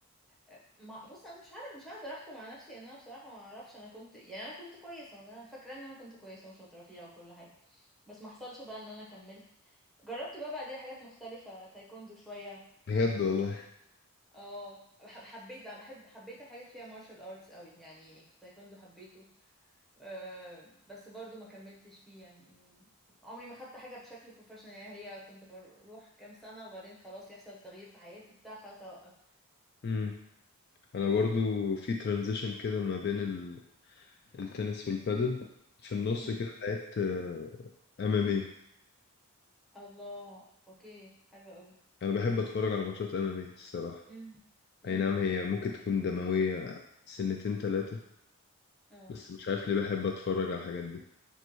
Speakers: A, in the centre; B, on the left (about 45°).
A: آه، ما بص انا مش عارف مش هقدر احكم على نفسي ان انا بصراحه ما اعرفش انا كنت يعني انا كنت كويسه والله انا فاكره ان انا كنت كويسه وشاطره فيها وكل حاجه بس ما حصلش بقى ان انا كملت جربت بقى بعديها حاجات مختلفه تايكوندو شويه
B: بجد والله
A: اه بح- حبيت بقى بحب حبيت الحاجات فيها مارشال ارتس قوي يعني تايكوندو حبيته أه بس برضو ما كملتش فيه يعني عمري ما خدت حاجة بشكل بروفيشنال يعني هي كنت بروح كام سنة وبعدين خلاص يحصل تغيير في حياتي بتاع خلاص اوقف
B: مم. انا
A: بس
B: برضو
A: ف...
B: في ترانزيشن كده ما بين ال- التنس والبادل في النص
A: مم.
B: كده لعبت ام ام اي
A: الله اوكي حلوة قوي
B: انا بحب اتفرج على ماتشات ام ام اي الصراحه
A: مم. مم.
B: اي نعم هي ممكن تكون دمويه سنتين ثلاثه
A: اه
B: بس مش عارف ليه بحب اتفرج على الحاجات دي